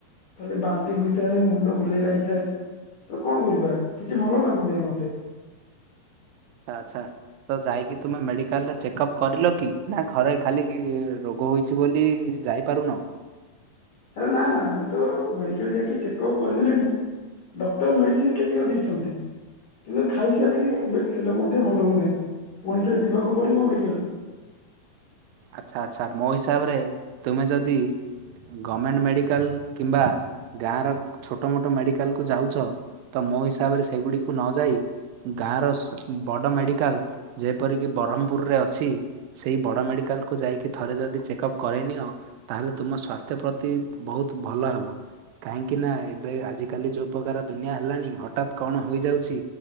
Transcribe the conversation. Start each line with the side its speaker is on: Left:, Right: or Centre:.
Left: ଖାଲି ବାନ୍ତି ହୋଇଥାଏ ମୁଣ୍ଡ ବୁଲେଇ ଲାଗିଥାଏ। ତ କଣ କରିବା କିଛି ଭଲ ଲାଗୁନାହିଁ ମତେ।
Right: ଆଛା ଆଛା। ତ ଯାଇକି ତୁମେ ମେଡିକାଲରେ ଚେକଅପ୍ କରିଲ କି ନା ଘରେ ଖାଲି କି ରୋଗ ହୋଇଛି ବୋଲି ଯାଇପାରୁନ!
Left: ଆରେ ନା ନା ମୁଁ ତ ମେଡିକାଲ ଯାଇକି ଚେକଅପ୍ କରିଦେଲିଣି ଡକ୍ଟର ମେଡିସିନ କେତେକ ଦେଇଛନ୍ତି କିନ୍ତୁ ଖାଇସାରିଲିଣି ଏବେ ହେଲେ ମଧ୍ୟ ଭଲ ହଉନାହିଁ ପୁଣି ଥରେ ଯିବାକୁ ପଡିବ ମେଡିକାଲ।
Right: ଆଛା ଆଛା ମୋ ହିସାବରେ ତୁମେ ଯଦି ଗମେଣ୍ଟ ମେଡ଼ିକାଲ କିମ୍ବା ଗାଁର ଛୋଟ ମୋଟ ମେଡ଼ିକାଲକୁ ଯାଉଛ ତ ମୋ ହିସାବରେ ସେଗୁଡିକୁ ନ ଯାଇ ଗାଁର ସ ବଡ଼ ମେଡ଼ିକାଲ ଯେପରିକି ବ୍ରହ୍ମପୁରରେ ଅଛି ସେହି ବଡ଼ ମେଡି କାଲ କୁ ଯାଇକି ଥରେ ଯଦି ଚେକଅପ୍ କରେଇ ନିିଅ ତାହେଲେ ତୁମ ସ୍ଵାସ୍ଥ୍ୟ ପ୍ରତି ବହୁତ ଭଲ ହବ। କାହିଁକି ନା ଏବେ ଆଜି କାଲି ଯୋଉ ପ୍ରକାର ଦୁନିଆ ହେଲାଣି ହଠାତ୍ କଣ ହୋଇଯାଉଛି